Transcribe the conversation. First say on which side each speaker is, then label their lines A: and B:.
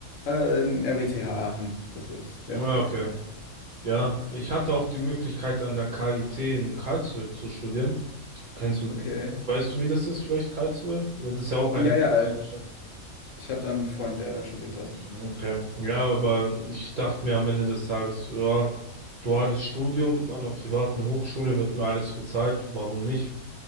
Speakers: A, on the left; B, on the right.
A: Äh, in RWTH Aachen. Das ist,
B: Ah,
A: ja, in Aachen
B: okay.
A: halt. Ja,
B: Ja,
A: genau.
B: ich hatte auch die Möglichkeit, an der KIT in Karlsruhe zu studieren. Kennst du,
A: Okay.
B: weißt du, wie das ist, vielleicht Karlsruhe? Weil Das ist ja auch eine
A: Ja, ja,
B: technische.
A: ich, ich habe da einen Freund, der studiert dort.
B: Mhm, Okay. Ja, aber ich dachte mir am Ende des Tages, ja, duales Studium an einer privaten Hochschule wird mir alles gezahlt. Warum nicht?